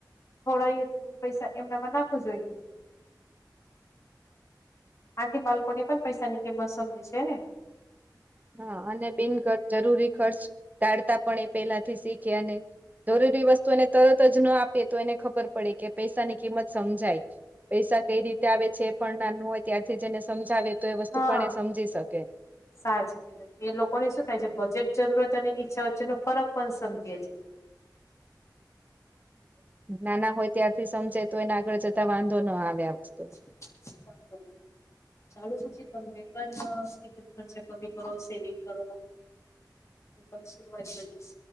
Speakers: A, on the left; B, on the right.
A: થોડા એ પૈસા એમનામાં નાખવુ જોઈએ આથી બાળકો ને પણ પૈસાની કિંમત સમજે છે ને
B: હા અને બિનજરૂરી ખર્ચ ટાળતા પણ એ પેલાથી શીખે અને જરૂરી વસ્તુ એને તરત જ ન આપીએ તો એને ખબર પડે કે પૈસાની કિંમત સમજાય પૈસા કઈ રીતે આવે છે પણ નાનો હોય ત્યારથી જ એને સમજાવે તો એ વસ્તુ
A: હા
B: પણ એ સમજી શકે
A: સાચી કીધું એ લોકોને શું થાય છે બજેટ જરૂરત અને ઈચ્છા વચ્ચે નો ફરક પણ સમજી છે
B: નાના હોય ત્યારથી સમજે તો એને આગળ જતા વાંધો ના આવે આ વસ્તુમાં
A: <inaudible> ચાલો પછી તમને પણ ખર્ચા કમી કરો સેવિંગ કરો પણ શરૂઆત કરી